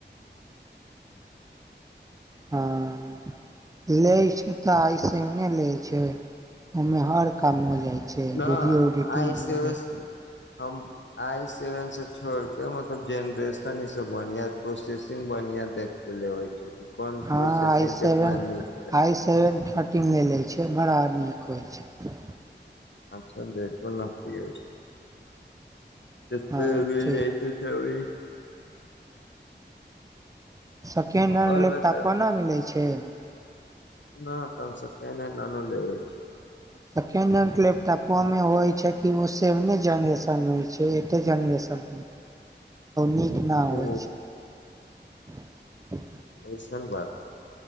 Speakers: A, on the left (about 75°); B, on the right (about 20°).
A: <unintelligible>
B: हँ ले छै तऽ ऐसे ओने ले छै ओमे हर काम हो जाइ छै
A: न
B: वीडियो एडिटिंग
A: आइ
B: भी
A: से
B: हो
A: होस
B: जाइ
A: हम आई सेवन से छोड़ के मतलब जेनरेस सब बढ़िया प्रोसेसिंग बढ़िया देख के लेवे छै कोन
B: हँ
A: प्रोसेसिंग
B: आइ सेवन
A: केितना निक ल <unintelligible>
B: आइ सेवन थर्टीमे ल लै छै बड़ा नीक होइ छै
A: अच्छा देखु ने जते
B: हँ
A: मिल
B: ठीक
A: जाइ त छै अभी
B: सेकेंड हैंड
A: आओर
B: लैपटॉप
A: बताउ
B: कोना मिलै छै
A: न तन हम सेकेंड हेंड नहि नान लेबै छै
B: सेकेंड हेंड लेपटॉपमे होइ छै कि ओ सेवन जनरेशन हो छैन अते जेंरेसण नीक ना होय
A: ओ
B: छै
A: ओहिसन बात